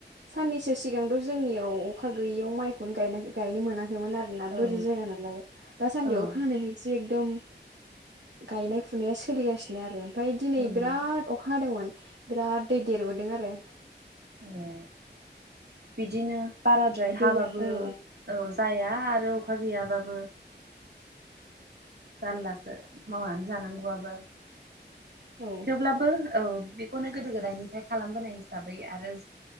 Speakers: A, on the right (about 80°); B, on the right (about 65°).
A: साननैसो सिगांथ जोंनियाव अखा गैयैयाव माइखौनो गायनो गायनो मोनाखैमोन आरो। जोंना
B: औ
A: बोरै जायगा नालाय दासान्दियाव
B: ओं
A: अखा हानायखायसो एकदम गायनाय फुनाया सोलिगासिनो आरो ओमफ्राय दिनै
B: उम
A: बिराद अखा हादोंमोन। बिराद दै देरबोदों आरो।
B: ए बिदिनो बाराद्राय
A: दैया
B: हाबाबो
A: औ
B: औ जाया आरो अखा गैयाबाबो। जारलासो मावनानै जानांगौआबो
A: औ
B: थेवब्लाबो औ बेखौनो गोदो गोदायनिफ्राय खालामबोनाय हिसाबै आरो